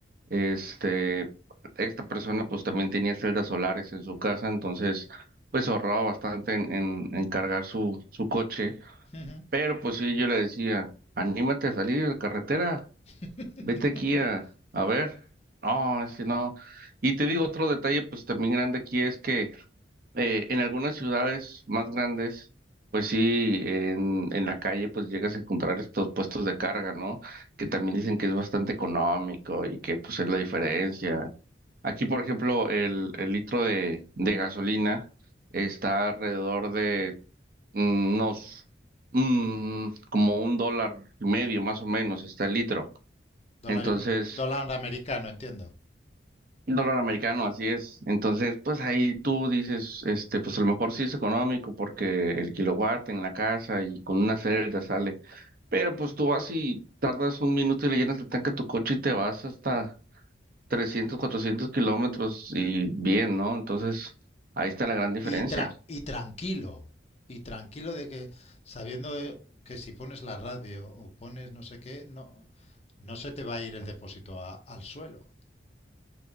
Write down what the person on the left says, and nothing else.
ujú.
<laughs>
dólar,
im- dólar americano, entiendo.
Y, tra- y tranquilo, y tranquilo de que sabiendo de- que si pones la radio o pones no sé qué, no, no se te va a ir el depósito a- al suelo.